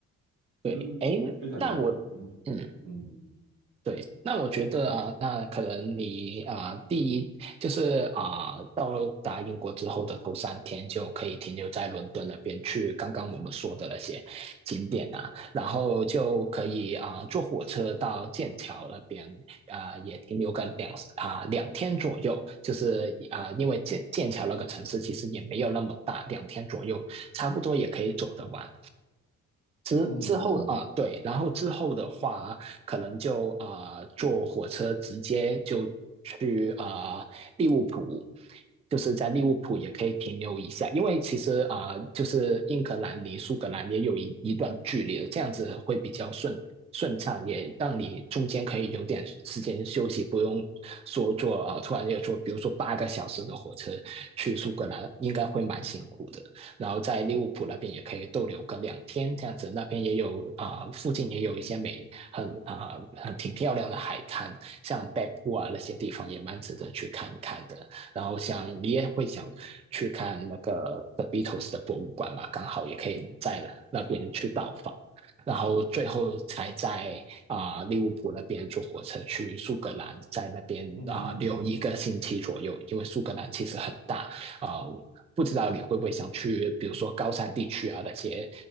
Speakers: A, on the right; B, on the right.
A: 对。
B: 就是非常有特嗯。
A: 哎，那我嗯，
B: 嗯，
A: 对，那我觉得啊，那可能你啊，第一就是啊，到达英国之后的头三天就可以停留在伦敦那边去刚刚我们说的那些景点啊，然后就可以啊坐火车到剑桥那边啊，也停留个两啊两天左右，就是啊，因为剑剑桥那个城市其实也没有那么大，两天左右差不多也可以走得完。之之后啊、
B: 嗯嗯
A: 呃对，然后之后的话，可能就啊、呃坐火车直接就去啊、呃利物浦，就是在利物浦也可以停留一下，因为其实啊、呃就是英格兰离苏格兰也有一一段距离的，这样子会比较顺顺畅，也让你中间可以有点时间休息，不用说坐啊、呃突然要坐，比如说八个小时的火车去苏格兰，应该会蛮辛苦的。然后在利物浦那边也可以逗留个两天这样子，那边也有啊、呃附近也有一些美很啊、呃、挺漂亮的海滩，像北部啊那些地方也蛮值得去看一看的。然后像你也会想去看那个 The Beatles 的博物馆嘛，刚好也可以在那边去到访。然后最后才在啊、呃利物浦那边坐火车去苏格兰，在那边啊、
B: 嗯，
A: 呃留一个星期左右，因为苏格兰其实很大啊、呃不知道你会不会想去，比如说高山地区啊那些